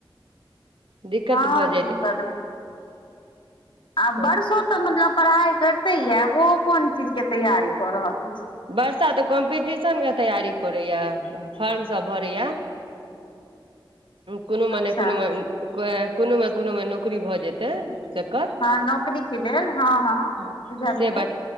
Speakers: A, on the right; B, on the left.
A: दिक्कत
B: हं
A: भऽ जाइत
B: की करबैय आ
A: हँ
B: वर्षो तऽ मतलब पढ़ाई करिते य ओ कोन चीज केँ तैयारी कऽ रहल अछि
A: वर्षा तऽ कम्पीटिशन केँ तैयारी करैया फॉर्म सब भरैया
B: <inaudible>
A: कोनो
B: अच्छा
A: मेने कोनो कोनो मे कोनो मे नौकरी भऽ जेतै से कर
B: हँ नौकरी के लेल हँ
A: <inaudible>
B: हँ बुझलियै
A: से